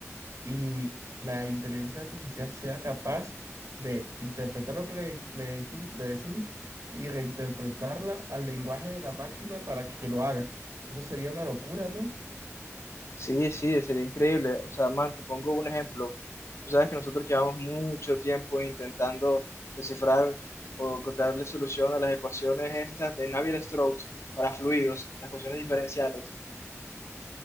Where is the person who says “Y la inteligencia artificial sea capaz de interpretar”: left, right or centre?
Right